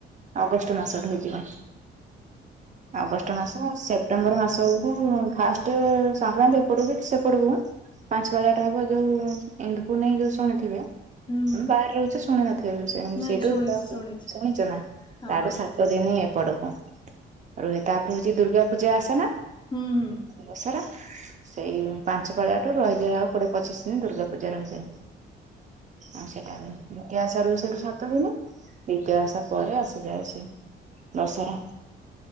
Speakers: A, on the right (about 40°); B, on the left (about 25°).
A: ଅଗଷ୍ଟ୍ ମାସ ଠୁ ହେଇଯିବ ଅଗଷ୍ଟ ମାସ ସେପ୍ ସେପ୍ଟେମ୍ବର ମାସକୁ ଫାଷ୍ଟେ ସଂକ୍ରାନ୍ତି ଏପଟକୁ କି ସେପଟକୁ ପାଞ୍ଚ ପାଳିଆଟା ହେବ ଯଉ ଇନ୍ଦପୁର ନେଇ ଯଉ ଶୁଣିଥିବେ
B: ହୁଁ ହୁଁ
A: ମୁଁ ବାହାରେ ରହୁଚି ଶୁଣି ନଥିବ ବି ସେ
B: ନାଇଁ
A: ସେଇଠୁ
B: ଶୁଣିଛି ଶୁଣିଛି
A: ଶୁଣିଚ ନା।
B: ହଁ
A: ତାଠୁ ସାତ ଦିନ ହି ଏପଟକୁ ରୁହେ ତାପରେ ହଉଚି ଦୁର୍ଗା ପୂଜା ଆସେ ନା।
B: ହୁଁ -ହୁଁ।
A: ଦଶରା। ସେଇ ପାଞ୍ଚ୍ ପାାଳିଆଠୁ ରହିଯାଏ ଆଉ କୋଡିଏ ପଚିଶି ଦିନ୍ ଦୁର୍ଗା ପୂଜା ରହିଯାଏ। ଆଉ ସେଟା ବି ଦ୍ଵିତୀୟା ଓଷା ରୁହେ ସେଠୁ ସାତ ଦିନ ଦ୍ଵିତୀୟ ଓଷା ପରେ ଆଶ୍ <unintelligible> ଦଶରା-